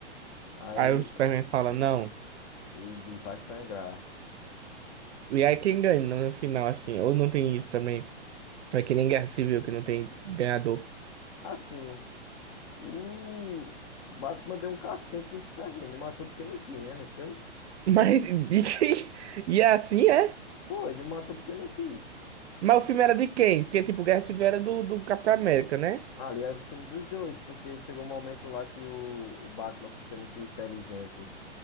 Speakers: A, on the left; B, on the right.
A: aí
B: Aí
A: ele,
B: o Superman fala, não.
A: ele vai sangrar.
B: E aí quem ganha no final, assim, ou não tem isso também? É que nem Guerra Civil, que não tem ganhador.
A: Assim, o Batman deu um cacete no Superman, não matou porque não quis, né, no filme.
B: Mas <laughs> de quem? E é assim é?
A: Pô, ele matou porque não quis.
B: Mas o filme era de quem? Porque, tipo, Guerra Civil era do, do Capitão América, né?
A: Ali era o filme dos dois, porque chegou um momento lá que o, o Batman, por ser muito inteligente